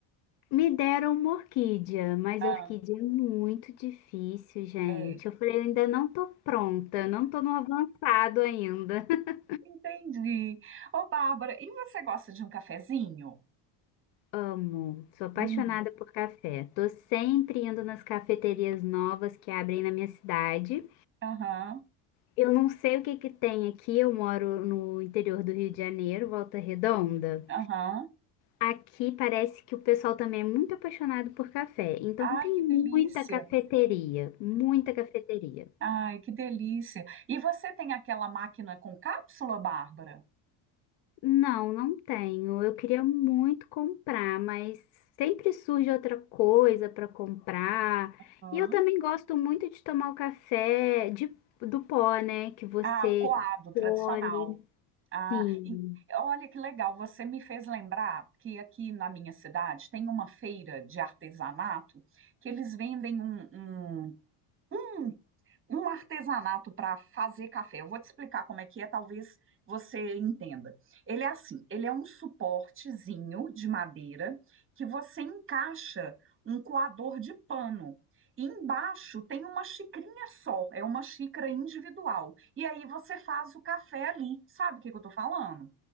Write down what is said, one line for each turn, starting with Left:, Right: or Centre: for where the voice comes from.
Left: Me deram uma orquídea, mas
Right: Ah,
Left: a orquídea é muito difícil, gente.
Right: é.
Left: Eu falei, eu ainda não tô pronta, não tô no avançado ainda. <laughs>
Right: Entendi. Ô, Bárbara, e você gosta de um cafezinho?
Left: Amo, sou apaixonada
Right: Hum,
Left: por café. Tô sempre indo nas cafeterias novas que abrem na minha cidade.
Right: aham,
Left: Eu não sei o que que tem aqui. Eu moro no interior do Rio de Janeiro, Volta Redonda.
Right: aham.
Left: Aqui parece que o pessoal também é muito apaixonado por café. Então
Right: Ai,
Left: tem
Right: que
Left: muita
Right: delícia.
Left: cafeteria, muita cafeteria.
Right: Ai, que delícia. E você tem aquela máquina com cápsula, Bárbara?
Left: Não, não tenho. Eu queria muito comprar, mas sempre surge outra coisa para comprar.
Right: Hã?
Left: E eu também gosto muito de tomar o café de, do pó, né? Que você
Right: Ah, o coado tradicional.
Left: colhe.
Right: Ah,
Left: Sim.
Right: e- olha que legal, você me fez lembrar que aqui na minha cidade tem uma feira de artesanato que eles vendem um, um- um um artesanato para fazer café. Eu vou te explicar como é que é, talvez você entenda. Ele é assim, ele é um suportezinho de madeira que você encaixa um coador de pano. E embaixo tem uma xicrinha só, é uma xícara individual. E aí você faz o café ali. Sabe o que que eu tô falando?